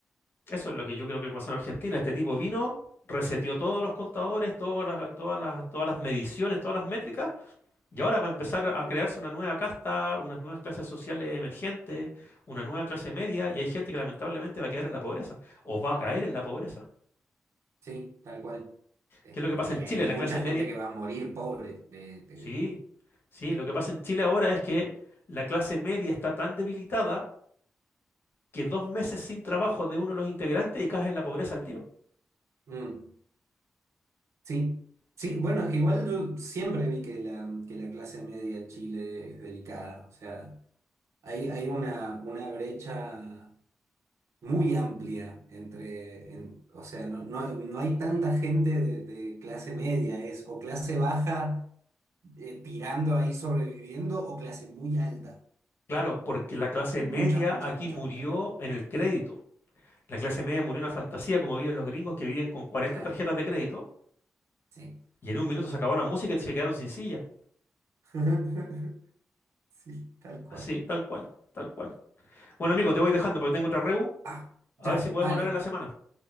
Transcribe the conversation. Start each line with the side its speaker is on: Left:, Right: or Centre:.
Left: Eso es lo que yo creo que pasó en Argentina. Este tipo vino, reseteó todos los contadores, todas las, todas las, todas las mediciones, todas las métricas, y ahora va a empezar a crearse una nueva casta, unas nuevas clases sociales emergentes, una nueva clase media, y hay gente que lamentablemente va a quedar en la pobreza, o va a caer en la pobreza.
Right: sí, tal cual. Este,
Left: ¿Qué es lo que pasa
Right: y
Left: en Chile?
Right: hay mucha
Left: La clase media.
Right: gente que va a morir pobre. De, de-
Left: Sí, sí, lo que pasa en Chile ahora es que la clase media está tan debilitada que dos meses sin trabajo de uno de los integrantes y caes en la pobreza al tiro.
Right: mm, sí. Sí,
Left: Sí,
Right: bueno, es que igual yo siempre vi que la, que la clase media en Chile es delicada. O sea, hay, hay una, una brecha. muy amplia entre, en- o sea, no, no, no hay tanta gente de, de clase media, es o clase baja eh, tirando ahí sobreviviendo o clase muy alta,
Left: claro, porque la clase
Right: con
Left: media
Right: mucha, mucha,
Left: aquí
Right: mucha
Left: murió
Right: plata.
Left: en el crédito. La clase media murió en una fantasía como viven los gringos que viven con cuarenta
Right: Claro,
Left: tarjetas de crédito
Right: sí.
Left: y en un minuto se acabó la música y se quedaron sin silla.
Right: <laughs> Sí, tal cual.
Left: Así, tal cual, tal cual. Bueno, amigo, te voy dejando porque tengo otra reu.
Right: Ah,
Left: A
Right: ya,
Left: ver si podemos
Right: vale.
Left: hablar en la semana.